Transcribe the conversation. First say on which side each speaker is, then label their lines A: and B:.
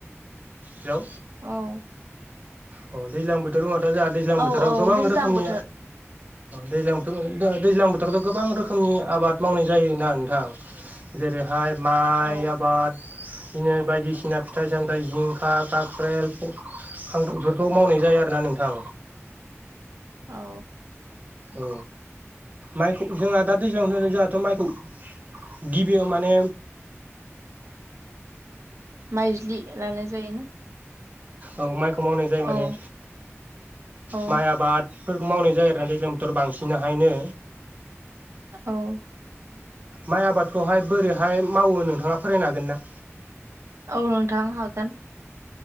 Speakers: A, on the right (about 35°); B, on the right (about 75°).
A: हेलौ।
B: औ।
A: अ दैज्लां बोथोर दङाथ' जोंहा दैज्लां
B: औ
A: बोथोराव
B: औ
A: गोबां
B: दैज्लां
A: रोखोमनि
B: बोथोर
A: दैज्लां बोथोर दैज्लां बोथोरावथ' गोबां रोखोमनि आबाद मावनाय जायोना नोंथां जेरैहाय माइ
B: औ
A: आबाद बिदिनो बायदिसिना फिथाइ सामथाइ जिंखा, खाख्रेल, खांखुर खौ मावनाय जायो आरोना नोंथां।
B: औ।
A: औ। माइखौ जोंहा दा दैज्लां थ जोंहाथ' माइखौ गिबियाव माने
B: माइज्लि लानाय जायोना
A: औ माइखौ मावनाय जायो
B: औ
A: माने
B: औ
A: माइ आबाद फोरखौ मावनाय जायो आरोना दैज्लां बोथोराव बांसिन हायनो।
B: ओ औ।
A: माइ आबादखौहाय बोरैहाय मावो नोंथाङा फरायनो हागोन ना?
B: औ नोंथां हागोन।